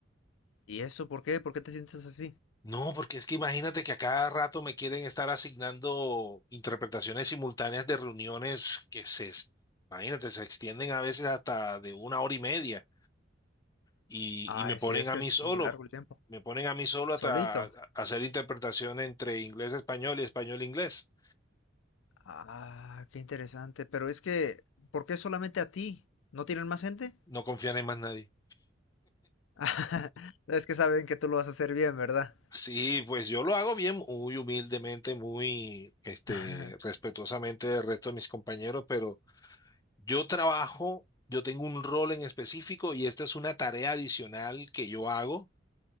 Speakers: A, on the left; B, on the left.
A: ¿Y eso por qué? ¿Por qué te sientes así?
B: No, porque es que imagínate que a cada rato me quieren estar asignando interpretaciones simultáneas de reuniones que se, imagínate, se extienden a veces hasta de una hora y media. y,
A: Ay,
B: y me ponen
A: sí, es
B: a
A: que
B: mí
A: es
B: solo,
A: muy largo el tiempo.
B: me ponen a mí solo
A: ¿Solito?
B: a, tra- a hacer interpretación entre inglés-español y español-inglés.
A: Ah, qué interesante. Pero es que, ¿por qué solamente a ti? ¿No tienen más gente?
B: No confían en más nadie.
A: <laughs> Es que saben que tú lo vas a hacer bien, ¿verdad?
B: Sí, pues yo lo hago bien, muy humildemente, muy este,
A: <laughs>
B: respetuosamente del resto de mis compañeros, pero yo trabajo, yo tengo un rol en específico y esta es una tarea adicional que yo hago